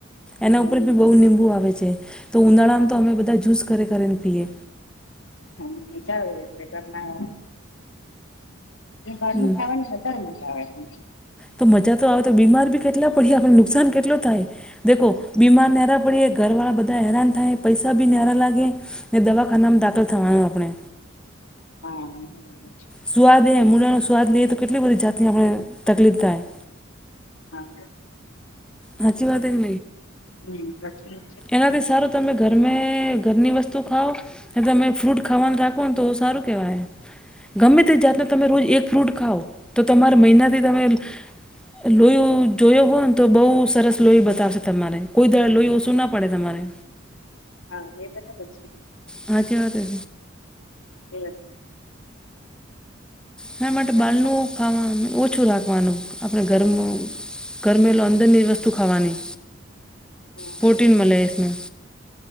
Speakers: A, in the centre; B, on the left.
A: એના
B: હમ
A: ઉપર બી બહુ નીબું આવે છે, તો ઉનાળામાં તો અમે બધા જ્યુસ કરી કરી ને પીએ.
B: <inaudible> જાવ ઘર અને ઘરનું
A: હમ
B: ખાવાની મજાઆવે, <unintelligible> <inaudible>
A: તો મજા તો આવે તો બીમાર બી કેટલા પડીયે આપને નુકસાન કેટલું થાય. દેખો બીમાર નાયારા પડીયે ઘર વાળા બધા હેરાન થાય પૈસા બી નાયારા લાગે. દવાખાનામાં દાખલ થવાનું આપડે.
B: હા. <inaudible>
A: સ્વાદ એ મૂળાનો સ્વાદ લઈએ તો કેટલી બધી જાતની આપણેને તકલીફ થાય
B: <inaudible>
A: સાચી વાત એ કે
B: હમ સાચી વાત
A: <unintelligible> સારુ તમે ઘર મે ઘરની વસ્તુ ખાઓ અને તમે ફ્રૂટ ખાવાનું રાખો ને તો સારું કહેવાય. ગમે તે જાતને તમે રોજ એક ફ્રૂટ ખાવઓ તો તમારા મહિનાથી તમે લોય જોયો હોય ને તો બઉ બ સરસ લોહી બતાવશે તમારે કોઈ દાળ લોહી ઓછું ના પડે તમારે
B: <unintelligible>
A: હાસી વાત હે.
B: <unintelligible>
A: ના માટે
B: છે
A: બાળનું ખાવાનું ઓછું રાખવાનું આપણે ઘરનુ ગરમેલો અંદરની વસ્તુ ખાવાની
B: બરાબર
A: પ્રોટીન મળે એને